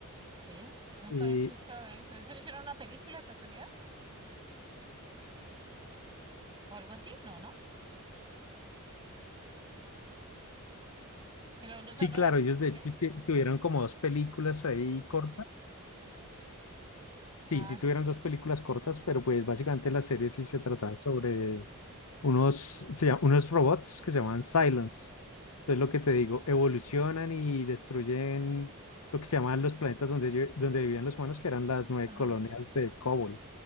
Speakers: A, on the right (about 20°); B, on the left (about 75°).
A: vea, nunca
B: Eh,
A: había escuchado eso. ¿Eso no hicieron una película de casualidad? ¿O algo así? No, no. Creo, o
B: sí,
A: sea, no,
B: claro, ellos de
A: sí.
B: hecho hici- tuvieron como dos películas ahí cortas. Sí,
A: Ah,
B: sí tuvieron
A: t-
B: dos películas cortas, pero pues básicamente la serie sí se trataba sobre unos, se llama- unos robots que se llamaban Cylons. Entonces lo que te digo, evolucionan y destruyen lo que se llamaban los planetas donde, ello- donde vivían los humanos, que eran las nueve
A: ajá.
B: colonias de Cobol.